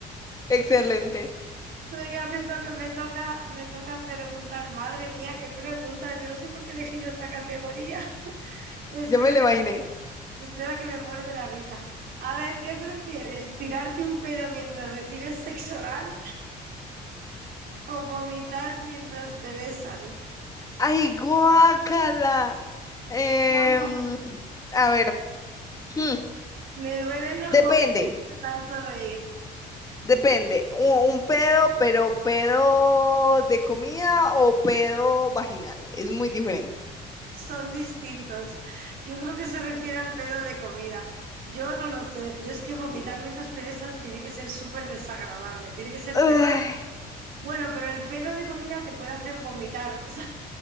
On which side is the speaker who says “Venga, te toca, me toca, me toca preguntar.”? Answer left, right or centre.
Right